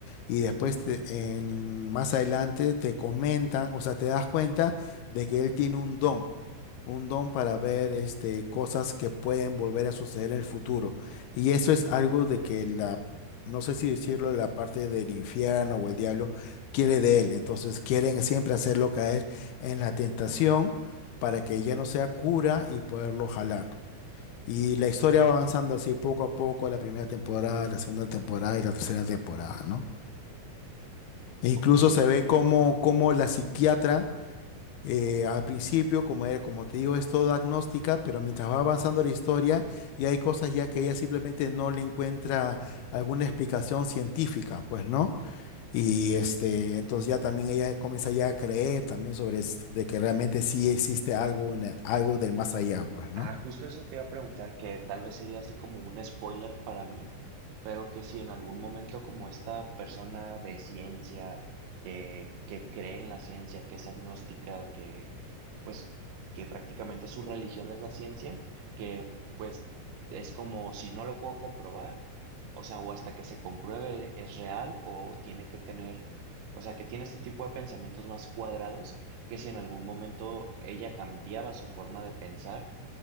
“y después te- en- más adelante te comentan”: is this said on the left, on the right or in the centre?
Left